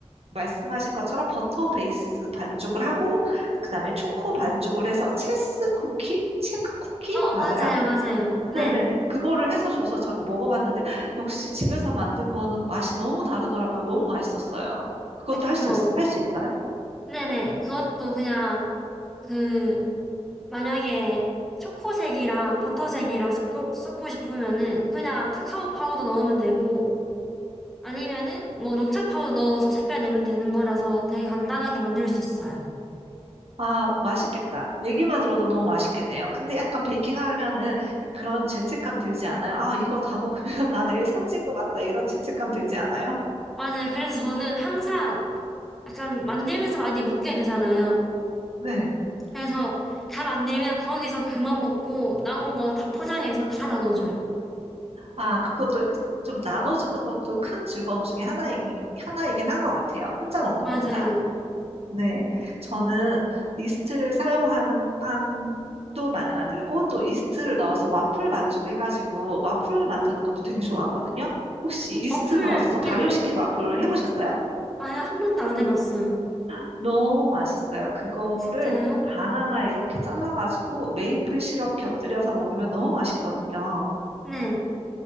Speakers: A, on the right; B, in the centre.
A: 말씀하신 것처럼 버터 베이스 반죽을 하고, 그 다음에 초코 반죽을 해서 체스 쿠키? 체크 쿠키?
B: 어, 어
A: 맞아요?
B: 맞아요 맞아요. 네
A: 네네. 그거를 해서 줘서 제가 먹어봤는데, 역시 집에서 만든 거는 맛이 너무 다르더라고요. 너무 맛있었어요. 그것도
B: 그쵸.
A: 할 수 있, 할수 있어요?
B: 네네 그것도 그냥 그 만약에 초코색이랑 버터색이랑 섞고, 섞고 싶으면은 그냥 카카오 파우더 넣으면 되고 아니면은 뭐 녹차 파우더 넣어서 색깔 내면 되는 거라서 되게 간단하게 만들 수 있어요.
A: 아, 맛있겠다. 얘기만 들어도 너무 맛있겠네요. 근데 약간 베이킹 하면은 그런 죄책감 들지 않아요? 아, 이거 다 먹으면 <laughs> 나 내일 살찔 것 같다. 이런 죄책감 들지 않아요?
B: 맞아요. 그래서 저는 항상 약간 만들면서 많이 먹게 되잖아요.
A: 네.
B: 그래서 다 만들면 거기서 그만 먹고 남은 거 다 포장해서 다 나눠줘요.
A: 아, 그것도 좀 나눠주는 것도 큰 즐거움 중에 하나이긴, 하나이긴 한 것 같아요. 혼자 먹는
B: 맞아요.
A: 것보다. 네. 저는 이스트를 사용하는 빵도 많이 만들고 또 이스트를 넣어서 와플 반죽 해가지고 와플 만드는 것도 되게 좋아하거든요. 혹시 이스트
B: 어플,
A: 넣어서
B: 네.
A: 발효시킨 와플 해보셨어요?
B: 아예 한 번도 안 해봤어요.
A: 너무 맛있어요. 그거를
B: 진짜요?
A: 바나나 이렇게 잘라가지고 메이플 시럽 곁들여서 먹으면 너무 맛있거든요.
B: 네.